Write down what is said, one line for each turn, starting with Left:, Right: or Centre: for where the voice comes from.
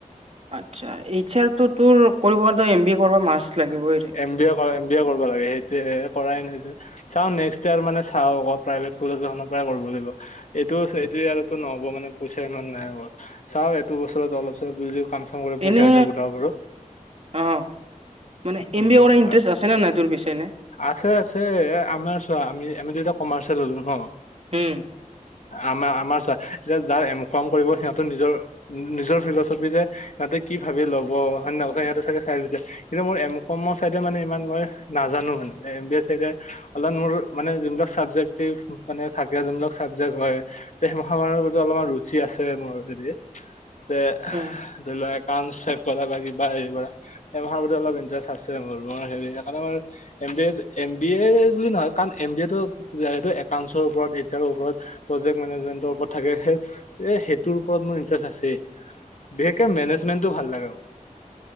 Right: আচ্ছা এইচ আৰতো তোৰ কৰিব এম বি এ কৰিব মাষ্ট লাগিবইৰে।
Left: এম বি এ কৰে এম বি এ কৰিব লাগে সেইটোৱে কৰাই নাই যে। চাওঁ নেক্সট ইয়াৰ মানে চাওঁ অকল প্ৰাইভেট কলেজ এখনৰ পৰাই কৰিব লাগিব। এইটো, এইটো ইয়াৰতো নহ'ব মানে পইচা ইমান নাই হ'ল চাওঁ এইটো বছৰত অলপ চলপ বুজি কাম চাম কৰি
Right: এনে
Left: পইচা চইছা গোটাব পাৰোঁ।
Right: অ মানে এম
Left: উম
Right: বি এ কৰা ইণ্টাৰেষ্ট আছে নে নাই তোৰ পিছে এনে।
Left: আছে আছে আমাৰ চোৱা আমি-আমিতো এতিয়া কমাৰ্চ ল'লোঁ নহ।
Right: উম
Left: আমাৰ, আমাৰ চোৱা এতিয়া যাৰ এম কম কৰিব সিহঁতৰ নিজৰ। নিজৰ ফিলচফি যে সিহঁতে কি ভাবি ল'ব হয় নে নহয় সিহঁতে চাগে চাই লৈছে। কিন্তু মই এম কমৰ চাইডে মানে ইমান মই নাজানোঁ মানে এম বি এ চাইডে অলপ মোৰ মানে যোনবিলাক চাবজেক্টটিভ মানে থাকে যোনবিলাক চাবজেক্ট হয়। <unintelligible> প্ৰতি অলপমান ৰুচি আছে মোৰ হেৰি যে
Right: উম
Left: ধৰি লোৱা। <unintelligible> কৰা বা কিবা হেৰি কৰা সেইমাহাৰ প্ৰতি অলপ ইটাৰেষ্ট আছে মোৰ হেৰি সেইকাৰণে মোৰ <unintelligible> প্ৰজেক্ট মেনেজমেন্টৰ ওপৰত থাকে এ সেইটোৰ ওপৰত মোৰ ইন্টাৰেষ্ট আছে। বিশেষকে মেনেজমেন্টটো ভাল লাগে মোৰ।